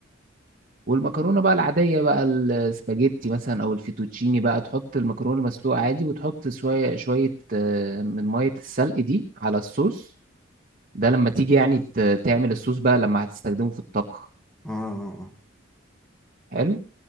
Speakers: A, on the right; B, in the centre.
A: والمكرونه بقى العاديه بقى السباجيتي مثلا او الفيتوتشيني بقى تحط المكرونه المسلوقه عادي وتحط شويه شويه آه، من ميه السلق دي على الصوص ده لما تيجي يعني ت- تعمل الصوص بقى لما هتستخدمه في الطبخ
B: اه اه اه
A: حلو